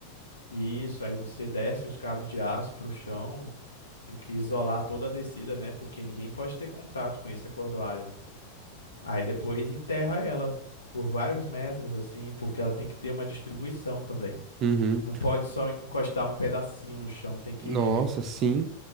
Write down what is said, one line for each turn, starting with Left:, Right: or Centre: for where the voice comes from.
Left: isso. Aí você desce os cabos de aço para o chão, tem que isolar toda a descida, né, porque ninguém pode ter contato com essa cordoalha. Aí depois enterra ela por vários metros, assim, porque ela tem que ter uma distribuição também.
Right: Uhum.
Left: Não pode só encostar um pedacinho no chão, tem que
Right: Nossa, sim.